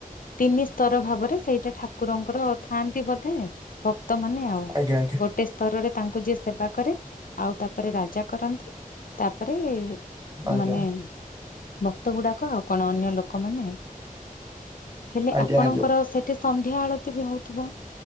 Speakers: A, on the left; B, on the right.
A: ତିନି ସ୍ତର ଭାବରେ ସେଇଟା ଠାକୁରଙ୍କର ଥାଆନ୍ତି ବୋଧେ ଭକ୍ତ ମାନ ଆଉ।
B: ଆଜ୍ଞା ଆଜ୍ଞା
A: ଗୋଟେ ସ୍ତରରେ ତାଙ୍କୁ ଯିଏ ସେବା କରେ ଆଉ ତାପରେ ରାଜା କରନ୍ତି। ତାପରେ
B: ଆଜ୍ଞା।
A: ମାନେ ଭକ୍ତ ଗୁଡାକ ଆଉ କଣ ଅନ୍ୟ ଲୋକମାନେ। ହେଲେ
B: ଆଜ୍ଞା
A: ଆପଣଙ୍କର
B: ଆଜ୍ଞା
A: ସେଠି ସନ୍ଧ୍ୟା ଆଳତୀ ବି ହେଉଥିବ।